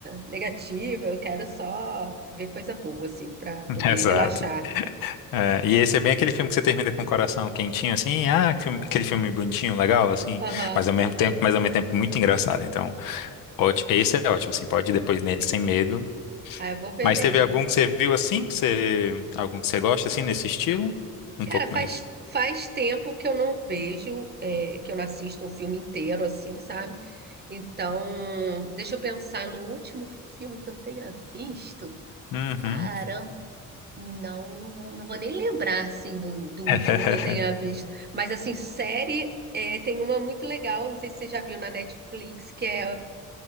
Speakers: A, on the right; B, on the left.
A: negativa, eu quero só ver coisa boa, assim, pra
B: <laughs>
A: poder
B: Exato.
A: relaxar.
B: É, e esse é bem aquele filme que você termina com o coração quentinho, assim, ah, que filme- aquele filme bonitinho, legal, assim,
A: Aham,
B: mas ao mesmo tempo, mas ao mesmo tempo muito engraçado. Então, ótimo, esse é ótimo, assim, pode ir depois nele sem medo.
A: Ah, eu vou ver
B: Mas
A: mesmo.
B: teve algum que você viu assim, que você, algum que você gosta assim nesse estilo? Um
A: Cara,
B: pouco
A: faz,
B: mais.
A: faz tempo que eu não vejo, é, que eu não assisto um filme inteiro, assim, sabe? Então, deixa eu pensar no último filme que eu tenha visto.
B: Uhum.
A: Caramba, não, não vou, não vou nem lembrar, assim, do, do
B: <laughs>
A: último que eu tenha visto. Mas, assim, série, é, tem uma muito legal, não sei se você já viu na Netflix, que é.